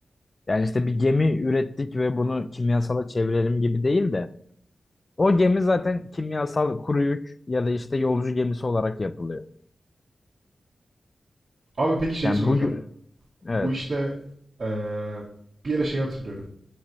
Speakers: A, on the left; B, on the right.
A: Yani işte bir gemi ürettik ve bunu kimyasala çevirelim gibi değil de o gemi zaten kimyasal kuru yük ya da işte yolcu gemisi olarak yapılıyor.
B: Abi peki şeyi
A: Yani
B: soracağım.
A: bu evet
B: Bu işte eee, bir yere şey hatırlıyorum.